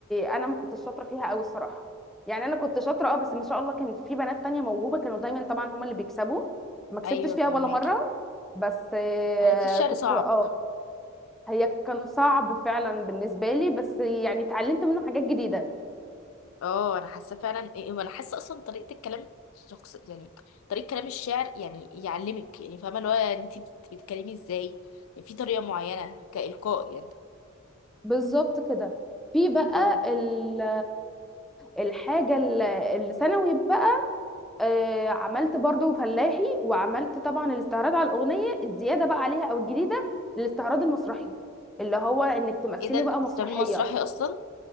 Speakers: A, in the centre; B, on the left (about 75°).
A: انا ما كنتش شاطره فيها قوي الصراحه يعني انا كنت شاطره اه بس ما شاء الله كان في بنات تانية موهوبه كانوا دايما طبعا هما اللي بيكسبوا ما كسبتش
B: ايوه
A: فيها
B: فهماكي
A: ولا مره بس آه،
B: بحس الشعر
A: كنت
B: صعب
A: اه هي كان صعب فعلا بالنسبه لي بس يعني اتعلمت منه حاجات جديده
B: اه انا حاسه فعلا إيه، إيه، وانا حاسه اصلا طريقه الكلام شخص يعني طريقه كلام الشعر يعني يعلمك يعني فاهمه اللي هو انت بت- بتتكلمي ازاي يعني في طريقه معينه كالقاء يعني
A: بالظبط كده في بقى
B: اه
A: ال- الحاجه ال- الثانوي بقى آه، عملت برضو فلاحي وعملت طبعا الاستعراض على الاغنيه الزياده بقى عليها او الجديده الاستعراض المسرحي اللي هو انك تمثلي
B: ايه ده انت
A: بقى
B: كنت
A: مسرحيه
B: بتعملي مسرحي اصلا